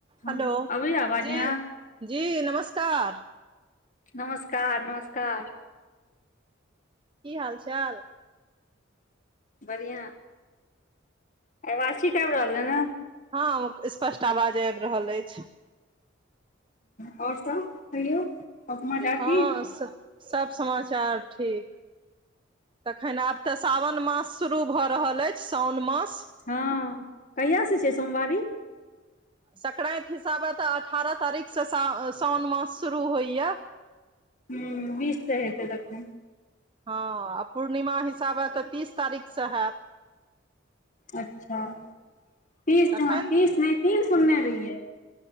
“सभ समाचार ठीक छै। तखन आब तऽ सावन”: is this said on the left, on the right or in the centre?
Right